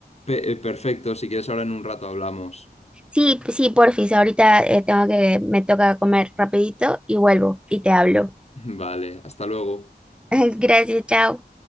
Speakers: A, on the left (about 40°); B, in the centre.
A: Pe- eh, perfecto, si quieres ahora en un rato hablamos.
B: Sí, sí, porfis, ahorita eh, tengo que, me toca comer rapidito y vuelvo y te hablo.
A: <laughs> Vale, hasta luego.
B: <laughs> Gracias, chao.